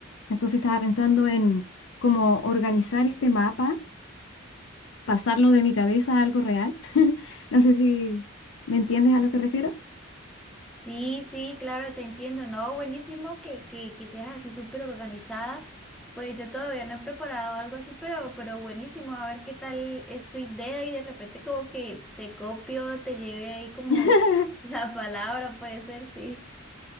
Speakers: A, on the left (about 60°); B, in the centre.
A: Entonces estaba pensando en cómo organizar este mapa, pasarlo de mi cabeza a algo real. <laughs> No sé si me entiendes a lo que refiero.
B: Sí, sí, claro, te entiendo. No, buenísimo que, que, que seas así súper organizada. Pues yo todavía no he preparado algo así, pero, pero buenísimo. A ver qué tal es tu idea y de repente como que te copio, te lleve ahí como
A: <laughs>
B: la palabra, puede ser, sí.